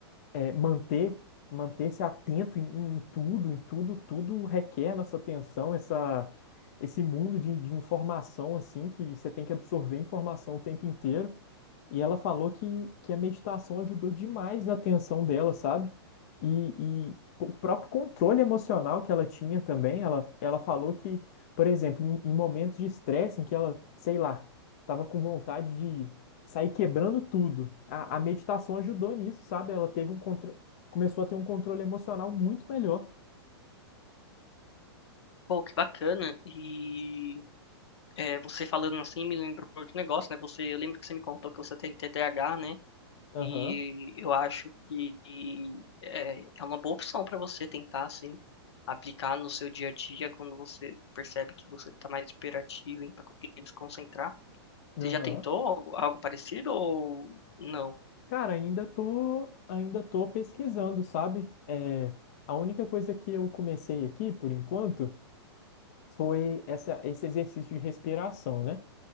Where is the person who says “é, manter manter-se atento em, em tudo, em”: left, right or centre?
Left